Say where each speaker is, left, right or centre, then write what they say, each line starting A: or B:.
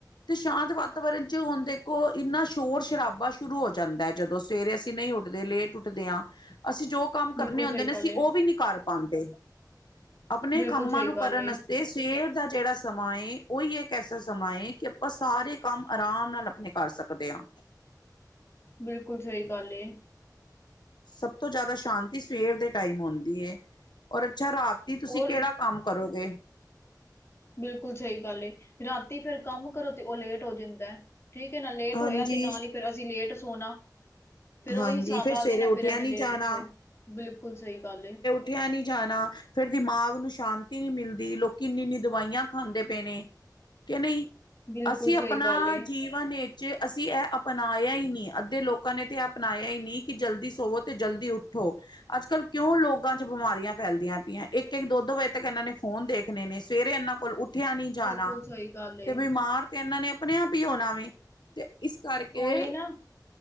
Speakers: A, on the left; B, on the left.
A: ਤੇ ਸ਼ਾਂਤ ਵਾਤਾਵਰਨ ਚ, ਹੁਣ ਦੇਖੋ, ਇੰਨਾ ਸ਼ੋਰ ਸ਼ਰਾਬਾ ਸ਼ੁਰੂ ਹੋ ਜਾਂਦਾ। ਜਦੋਂ ਸਵੇਰੇ ਅਸੀਂ ਨਹੀਂ ਉੱਠਦੇ, ਲੇਟ ਉੱਠਦੇ ਹਾਂ, ਅਸੀਂ ਜੋ ਕੰਮ
B: ਬਿਲਕੁਲ
A: ਕਰਨੇ ਹੁੰਦੇ
B: ਸਹੀ
A: ਨੇ,
B: ਗੱਲ
A: ਅਸੀਂ
B: ਏ,
A: ਉਹ ਵੀ ਨੀ ਕਰ ਪਾਉੰਦੇ, ਆਪਣੇ
B: ਬਿਲਕੁਲ
A: ਕੰਮਾਂ
B: ਸਹੀ
A: ਨੂੰ
B: ਗੱਲ
A: ਕਰਨ
B: ਏ,
A: ਵਾਸਤੇ ਤੇ, ਸਵੇਰ ਦਾ ਜਿਹੜਾ ਸਮਾਂ ਏ, ਉਹੀ ਇੱਕ ਐਸਾ ਸਮਾਂ ਹੈ, ਕਿ ਆਪਾਂ ਸਾਰੇ ਕੰਮ ਆਰਾਮ ਨਾਲ ਆਪਣੇ, ਕਰ ਸਕਦੇ ਹਾਂ।
B: ਬਿਲਕੁਲ, ਸਹੀ ਗੱਲ ਏ।
A: ਸਭ ਤੋਂ ਜ਼ਿਆਦਾ, ਸ਼ਾਂਤੀ ਸਵੇਰ ਦੇ ਟਾਈਮ ਹੁੰਦੀ ਏ। ਔਰ ਅੱਛਾ ਰਾਤੀ, ਤੁਸੀਂ
B: ਔਰ
A: ਕਿਹੜਾ ਕੰਮ ਕਰੋਗੇ?
B: ਬਿਲਕੁਲ ਸਹੀ ਗੱਲ ਏ, ਰਾਤੀ ਫਿਰ ਕੰਮ ਕਰੋ, ਤੇ ਉਹ ਲੇਟ ਹੋ ਜਾਂਦਾ। ਠੀਕ ਹੈ ਨਾ ਲੇਟ
A: ਹਾਂਜੀ,
B: ਹੋਇਆ, ਤੇ ਨਾਲ ਹੀ ਫਿਰ ਅਸੀਂ ਲੇਟ ਸੋਨਾ। ਫਿਰ ਉਹੀ
A: ਹਾਂਜੀ
B: ਹਿਸਾਬ
A: ਫੇਰ
B: ਆ
A: ਸਵੇਰੇ
B: ਗਏ ਨਾ
A: ਉੱਠਿਆ
B: ਫੇਰ ਐਵੇਂ
A: ਨੀ
B: ਲੇਟ
A: ਜਾਣਾ।
B: ਉਠੋ ਬਿਲਕੁਲ ਸਹੀ ਗੱਲ ਏ।
A: ਉਠਿਆ ਨਹੀਂ ਜਾਣਾ। ਫਿਰ ਦਿਮਾਗ ਨੂੰ ਸ਼ਾਂਤੀ ਨਹੀਂ ਮਿਲਦੀ ਲੋਕ ਇੰਨੀ ਇੰਨੀ ਦਵਾਈਆਂ ਖਾਂਦੇ ਪਏ ਨੇ। ਕਿ ਨਹੀਂ
B: ਬਿਲਕੁਲ
A: ਅਸੀਂ ਆਪਣਾ
B: ਸਹੀ ਗੱਲ ਏ,
A: ਜੀਵਨ ਨੇ ਵਿੱਚ ਅਸੀਂ ਇਹ ਅਪਣਾਇਆ ਹੀ ਨਹੀਂ ਅੱਧੇ ਲੋਕਾਂ ਨੇ ਤੇ ਇਹ ਅਪਣਾਇਆ ਹੀ ਨਹੀਂ ਕਿ ਜਲਦੀ ਸੋਵੋ, ਤੇ ਜਲਦੀ ਉੱਠੋ। ਅੱਜ -ਕੱਲ੍ਹ ਕਿਉਂ ਲੋਕਾਂ ਚ ਬਿਮਾਰੀਆਂ ਫੈਲਦੀਆਂ ਪਈਆਂ ਇੱਕ -ਇੱਕ, ਦੋ -ਦੋ, ਵਜੇ ਤੱਕ ਇਹਨਾਂ ਨੇ ਫੋਨ ਦੇਖਣੇ ਨੇ, ਸਵੇਰੇ ਇਹਨਾਂ ਕੋਲ ਉੱਠ ਉਠਿਆ ਨਹੀਂ ਜਾਣਾ
B: ਬਿਲਕੁਲ ਸਹੀ ਗੱਲ ਏ,
A: ਤੇ ਬਿਮਾਰ ਤੇ ਇਹਨਾਂ ਨੇ ਆਪਣੇ ਆਪ ਹੀ ਹੋਣਾ ਵੀ ਤੇ ਇਸ ਕਰਕੇ
B: ਉਹੀ ਨਾ